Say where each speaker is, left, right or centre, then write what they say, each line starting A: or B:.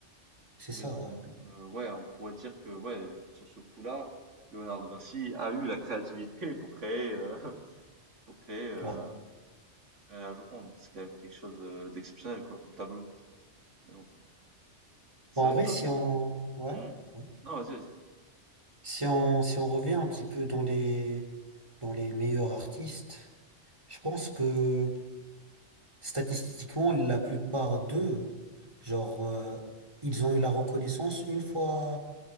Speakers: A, on the right; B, on the right.
A: C'est
B: Mais
A: ça,
B: donc,
A: ouais.
B: euh, ouais, on pourrait dire que ouais, sur ce coup-là, Léonard de Vinci a eu la créativité <laughs> pour créer euh, pour créer euh,
A: Ouais.
B: la Joconde. C'est quand même quelque chose euh, d'exceptionnel, quoi, comme tableau. Mais bon, c'est
A: Bon,
B: vrai
A: en vrai,
B: que
A: si on... Ouais.
B: Hmm
A: ouais.
B: Non, vas-y, vas-y.
A: Si on, si on revient un petit peu dans les, dans les meilleurs artistes, je pense que statistiquement, la plupart d'eux, genre, euh, ils ont eu la reconnaissance une fois.